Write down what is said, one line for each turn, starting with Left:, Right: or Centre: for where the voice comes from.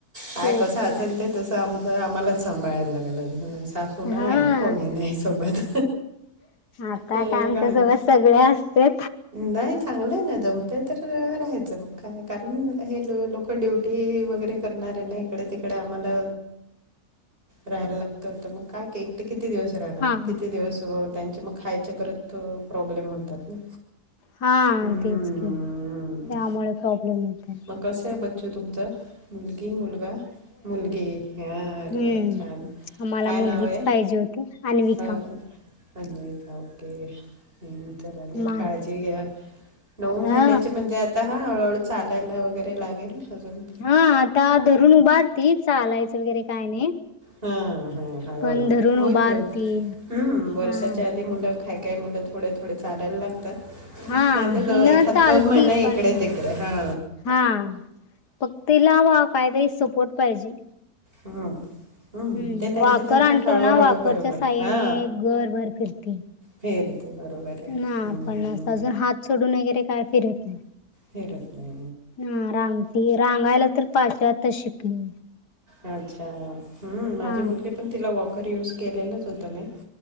Right: काय
Left: तेच
Right: कसं असेल
Left: की.
Right: ते. आमच आम्हालाच सांभाळायला लागलं सासू ना
Left: हा
Right: आहे कोणी नाही सोबत.
Left: आता
Right: अ
Left: का आमच्या
Right: घाल
Left: सोबत सगळे असते.
Right: नाही चांगलं ना जमतय तर राहायचं मग काय कारण हे ल लोक. ड्युटी वगैरे करणार आहे ना इकडे तिकडे आम्हाला. राहायला लागत होत मग कायट किती दिवस राहणार
Left: हा
Right: किती दिवस. त्यांच्या मग खायच्या परत प्रॉब्लेम होतात ना.
Left: हा
Right: हम्म
Left: तेच घ त्यामुळे प्रॉब्लेम येतात.
Right: मग कसं आहे बच्चू तुमचां मुलगी मुलगा मुलगी आहे. ह अरे
Left: हम्म.
Right: वा छान
Left: आम्हाला
Right: काय
Left: मुलगीच
Right: नाव आहे
Left: पाहिजे होती अन्विका.
Right: हो आणिजय खऊ ते हम्म तर रणी
Left: मग
Right: ठिकायचे ग नऊ
Left: हा
Right: महिन्या च म्हणज्या आता हा हळूहळू चालायला वगैरे लागेल अजून
Left: हा आता धरून उभारती चालायचं वगैरे काय नाही
Right: हा हा हळूहळू
Left: पण धरून
Right: होईल
Left: उभारती
Right: दोन हम्म वर्षाच्या
Left: हा
Right: आधी मुला हय मुलं थोडे थोडे चालायला लागतात
Left: हा
Right: नाही तर
Left: हिन
Right: दो एखाद
Left: चालती
Right: दोन महिन इकडे
Left: पण
Right: त इिककडे हा
Left: हा फक् तिला काहीतरी सपोर्ट पाहिजे
Right: हम हम्
Left: हम्म
Right: ते त्यांचे
Left: वाकर
Right: त्यांच्या
Left: आणलो
Right: हळूहळू
Left: ना वाकरच्या
Right: बरोबर
Left: साह्याने
Right: हा
Left: घरभर फिरती.
Right: फेरते बरोबर आहे
Left: ना
Right: हम्म
Left: पण अजून हात सोडून वगैरे काय फिरत नाही
Right: फर आपल्या
Left: ह रांगची रांगायला तर पाचव्या आताच शिकली
Right: अच्छा ह माझी
Left: हा
Right: मुलगी पण तिला वॉकर यूज केलेलंच होतं मी